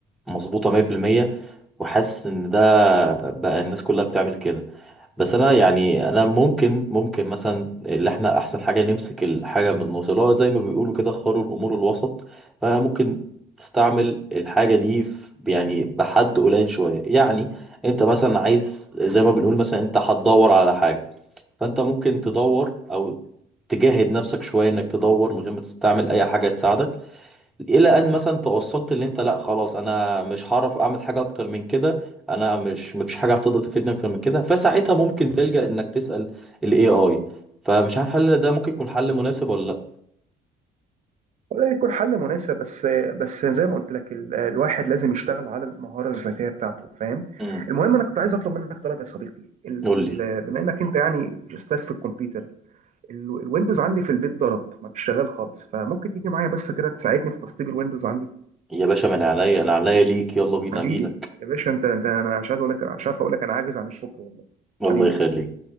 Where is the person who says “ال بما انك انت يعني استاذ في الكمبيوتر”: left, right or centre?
Right